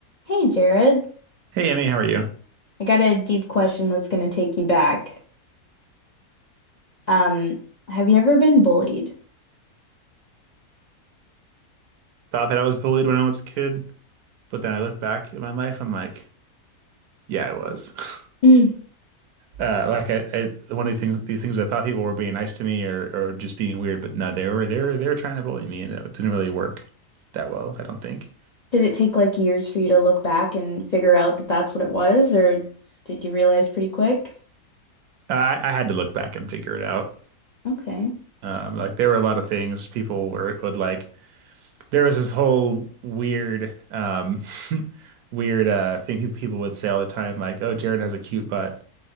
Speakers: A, on the left; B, on the right.
A: Hey Jared,
B: Hey, Emmy, how are you?
A: I got a deep question that's going to take you back. Um, have you ever been bullied?
B: Thought that I was bullied when I was a kid, but then I look back at my life, I'm like, yeah, I was. <laughs>
A: <laughs> <clears throat> Did
B: Uh, like I, I, one of the things, these things I thought people were being nice to me or, or just being weird, but no, they were, they were, they were trying to bully me, and it didn't really work that well, I don't think.
A: it take like years for you to look back and figure out that that's what it was, or did you realize pretty quick?
B: I, I had to look back and figure it out.
A: Okay.
B: Um, like there were a lot of things people were would like. There was this whole weird, um, <laughs> weird uh, thing people would say all the time, like, "Oh, Jared has a cute butt."